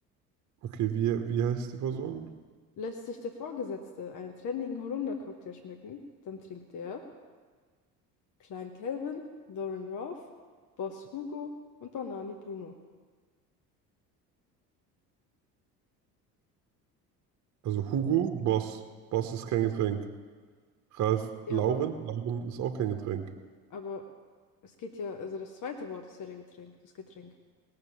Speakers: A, on the right (about 35°); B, on the left (about 40°).
A: Okay, wie, wie heißt die Person?
B: Lässt sich der Vorgesetzte einen trendigen Holunder-Cocktail schmecken, dann trinkt er Klein Calvin, Lauren Ralph, Boss Hugo und Banani Bruno.
A: Also Hugo Boss. Boss ist kein Getränk. Ralf
B: Ja,
A: Lauren.
B: aber,
A: Lauren ist auch kein Getränk.
B: aber Es geht ja, also das zweite Wort ist ja der Getränk, das Getränk.